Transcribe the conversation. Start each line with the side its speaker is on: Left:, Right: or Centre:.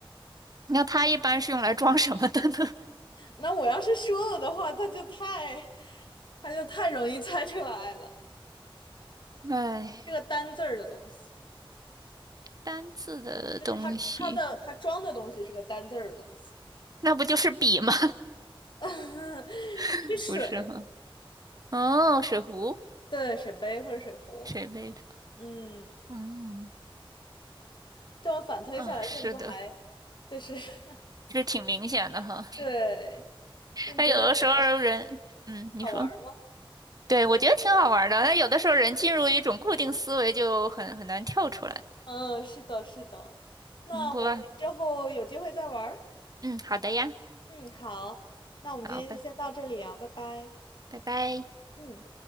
Right: 那它一般是用来装什么的呢？
Left: 那我要是说了的话，他就太，他就太容易猜出来了。
Right: <laughs> 哎，
Left: 是个单字儿的东西，
Right: 单字的东西。
Left: 就是他他的他装的东西是个单字儿的东西，
Right: 那不就是笔吗？
Left: <laughs>
Right: <laughs>
Left: 是水，
Right: 不是哈。哦，水壶，
Left: 对，水杯或者水壶。
Right: 水杯
Left: 嗯，
Right: 嗯
Left: 这么反推下来，
Right: 嗯，啊，是的，
Left: 是不是还就是 <laughs>
Right: 这挺明显的哈。
Left: 对？那你觉得怎么样？
Right: 那有的时候人，嗯，你说，
Left: 好玩儿吗？
Right: 对，我觉得挺好玩儿的。那有的时候人进入一种固定思维，就很很难跳出来。
Left: 嗯，是的，是的。那我们之后有机会再玩儿。
Right: 通过，嗯，好的呀，
Left: 嗯，好，那我们今天就先到这里啊，
Right: 好，拜
Left: 拜拜。
Right: 拜拜。
Left: 嗯。